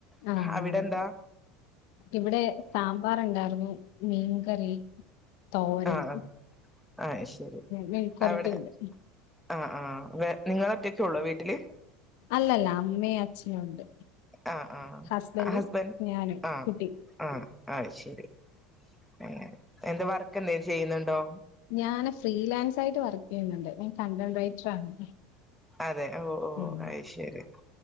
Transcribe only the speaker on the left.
ആഹ്
ആഹ്
ഇവിടെ സാമ്പാർ ഇണ്ടായ് ര്ന്നു മീൻകറി തോരൻ
മെഴുക്കൊരട്ടി
ഇ ണ്ട്
അല്ലല്ല അമ്മേ അഛ നു ഉണ്ട്
ഹസ്ബൻഡും
ഞാനും
കുട്ടി
ഞാന ഫ്രീലാൻസായിട്ട് വർക്ക് ചെയ്യുന്ന്ണ്ട് ഞാൻ കണ്ടൻറൈറ്റർ ആണ്
ഉം